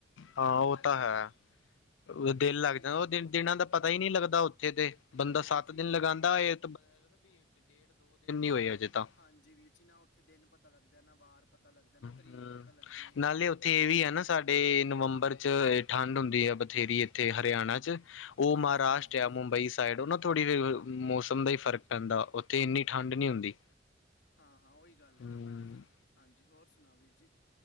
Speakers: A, on the left (about 80°); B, on the left (about 70°).
A: ਹਾਂ ਉਹ ਤਾਂ ਹੈ ਦਿਲ
B: ਉੱਥੇ
A: ਲੱਗ
B: ਵੀ
A: ਜਾਂਦਾ
B: ਲੱਗਦਾ
A: ਉਹ ਦਿ ਦਿਨਾਂ ਦਾ ਪਤਾ ਹੀ ਨਹੀਂੀ ਲੱਗਦਾ ਉੱਥੇ ਤੇ ਬੰਦਾ
B: ਬਿਲਕੁਲ
A: ਸੱਤ
B: ਜੀ
A: ਦਿਨ ਲਗਾਉਂਦਾ ਹੋਏ ਹੋਏ ਅਜੇ ਤਾਂ
B: ਹਾਂਜੀ ਵੀਰ ਜੀ ਨਾ ਉੱਥੇ ਦਿਨ ਪਤਾ ਪਤਾ ਲੱਗਦਾ ਨਾ ਬਾਰ ਪਤਾ ਲੱਗਦਾ ਨਾ ਤਰੀਕ
A: ਹਮ
B: ਪਤਾ ਲੱਗਦੀ ਹੈ
A: ਨਾਲੇ ਉੱਥੇ ਇਹ ਵੀ ਹੈ ਨਾ ਸਾਡੇ ਨਵੰਬਰ ਚ ਠੰਡ ਹੁੰਦੀ ਹੈ ਬਥੇਰੀ ਇੱਥੇ ਹਰਿਆਣਾ ਚ ਉਹ
B: ਹਾਂਜੀ
A: ਮਹਾਰਾਸ਼ਟ
B: ਹਾਂਜੀ
A: ਆ ਮੁੰਬਈ ਸਾਈਡ ਉਹ ਨਾ ਥੋੜ੍ਹੀ ਫ ਮੌਸਮ ਦਾ
B: ਚੱਲ
A: ਹੀ ਫ਼ਰਕ ਪੈਂਦਾ ਤੇ ਇੰਨੀ ਠੰਡ ਨਹੀਂ ਹੁੰਦੀ
B: ਹਾਂ ਹਾਂ ਉਹੀ ਗੱਲ ਹੈ
A: ਹੂੰ-ਹੂੰ
B: ਨਾ ਹਾਂਜੀ ਹੋਰ ਸੁਣਾਓ ਵੀਰ ਜੀ